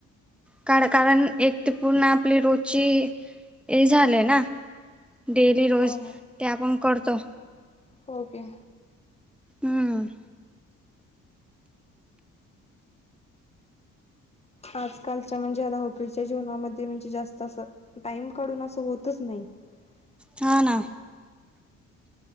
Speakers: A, in the centre; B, on the left (about 20°).
A: कार कारण एक ते पूर्ण आप आपली रोची हे झालंय ना. डेली रोज,
B: हो ना
A: ते आपण करतो.
B: हो की.
A: हम्.
B: आजकालच्या म्हणजे आता धावपळीच्या जीवनामध्ये म्हणजे, जास्त असं टाइम काढून असं होतच नाही. <unintelligible>
A: हा ना.